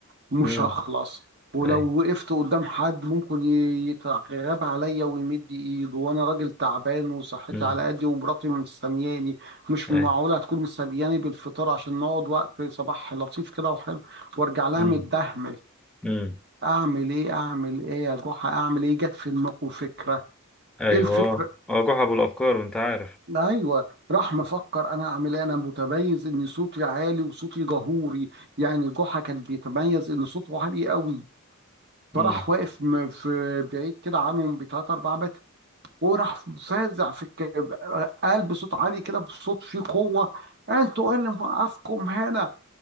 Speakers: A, on the right; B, in the centre.
A: مش
B: مم.
A: هخلص ولو
B: اي
A: وقفت قدام حد ممكن ي- يتغاب عليا ويمد ايده وانا راجل تعبان وصحتي
B: مم.
A: على قدي ومراتي مستنياني مش
B: اي
A: معقوله هتكون مستنياني بالفطار عشان نقعد وقت صباح لطيف كده وحلو وارجع لها
B: مم.
A: متدهمل
B: مم.
A: اعمل ايه اعمل ايه يا جحا اعمل ايه جت في دماغه فكره
B: ايوه
A: ايه الفكره
B: اه اه جحا بالافكار انت عارف
A: ايوه راح مفكر انا اعمل ايه انا متميز ان صوتي عالي وصوتي جهوري يعني جحا كان بيتميز ان صوته عالي قوي فراح
B: امم
A: واقف م- في بعيد كده عنهم بتلات اربع متر وراح فازع في الك... قال بصوت عالي كده بصوت فيه قوه انتوا ايه اللي موقفكم هنا